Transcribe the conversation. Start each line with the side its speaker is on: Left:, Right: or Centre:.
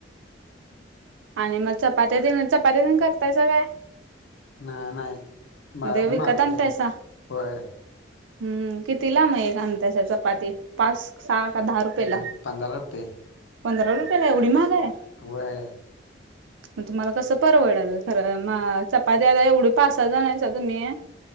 Right: आणि म चपात्या तेन चपात्यात करतायसा काय?
Left: नाय नाय बाहेर
Right: मग ते विकत
Left: न मागवतय
Right: आणतायसा
Left: होय.
Right: हम्म, किती ला म एक आणतायसा चपाती पाच, सहा का दहा रुपयेला?
Left: हम्म पंधरा रुपये
Right: पंरा रुपयला एवढी महाग आय?
Left: होय
Right: म तुम्हाला कसं परवडल खरं मा चपाती आता एवढी पाच-सहा जण सा-तुम्ही